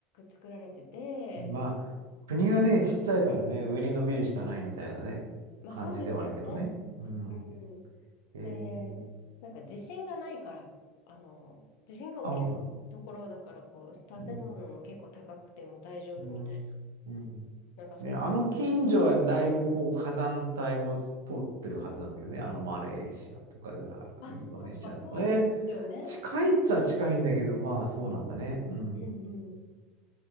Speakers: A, on the left; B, on the right.
A: 作られてて、
B: まあ、国がね、ちっちゃいからね、上に伸びるしかないみたいなね、
A: まあそうですよね。
B: 感じではあるけどね。うん。
A: うん
B: へえ。
A: で、なんか地震がないから、あの、地震が起きないところだから、
B: あ、本当に。
A: こう、
B: うん。
A: 建物も結構高くても大丈夫みたいな、
B: うん。うん。
A: なんかそんな風に、
B: ね、あの近所はだいぶこう火山帯も通ってるはずなんだけどね、あのマレーシアとか、
A: あ、
B: インドネシアとかね、
A: そっか、そうですよね。
B: 近いっちゃ近いんだけど、まあそうなんだね。うん。
A: うんうん。